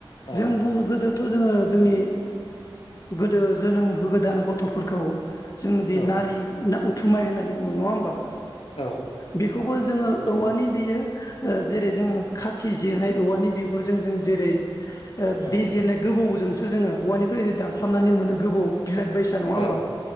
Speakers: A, on the left; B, on the left.
A: औ
B: जों
A: नंगौ
B: बुंनो गोदोथ' जोङो जोंनि गोदो जोनोम होगोदान गथ'फोरखौ जोंदि
A: औ
B: नारि ना थुमाय होननानै बुङो नङा होमबा?
A: औ
B: बेखौबो जोङो
A: नंगौ
B: औवानि बेयो ओ जेरै जोङो खाथि जिरनाय औवानि बिगुरजों जों जेरै ओ
A: औ
B: बे जिरनाय गोबौजों जोङो औवानिफ्रायनो दानख्लाबनानै मोनो गोबौ बिराद बायसा नङा होमबा
A: औ